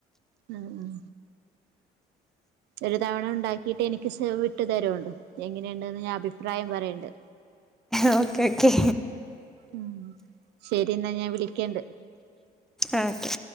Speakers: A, on the right; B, in the centre.
A: ഉം ഉം ഒരു തവണ ഇണ്ടാക്കീട്ട് എനിക്ക് <unintelligible> തരോണ്ടു എങ്ങനെണ്ട്ന്ന് ഞാൻ അഭിപ്രായം പറയ്ണ്ട്
B: ഓക്കെ ഓക്കെ
A: ഉം ശരിന്നാ ഞാൻ വിളിക്കെണ്ട്
B: ആഹ് ഓക്കെ